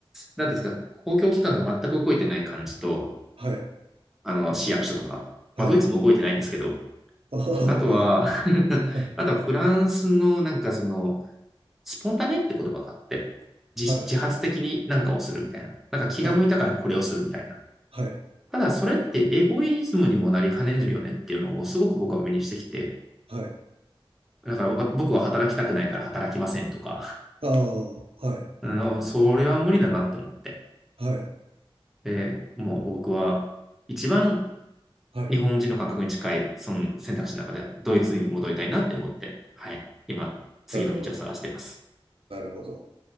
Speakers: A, in the centre; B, on the right.
A: なんですか、公共機関が全く動いてない感じと、
B: はい、
A: あの、市役所とか、
B: はい。
A: まあドイツも動いてないんですけど、
B: ああ、
A: あとは
B: はい、
A: <laughs>
B: あ、
A: あとはフランスのなんかその、スポンタネって言葉があって、自自発的に何かをするみたいな。
B: はい、
A: なんか気が向いたからこれをするみたいな。
B: はい、はい、
A: ただそれってエゴイズムにもなりかねるよねっていうのをすごく僕は目にしてきて、
B: はい。
A: だから僕は働きたくないから働きませんとか、
B: ああ、はい、
A: <laughs> それは無理だなって思って。
B: はい、
A: で、もう僕は一番
B: はい。
A: 日本人の感覚に近いその選択肢の中ではドイツに戻りたいなって思って、はい、今次の道を探しています。
B: なるほど、なるほど。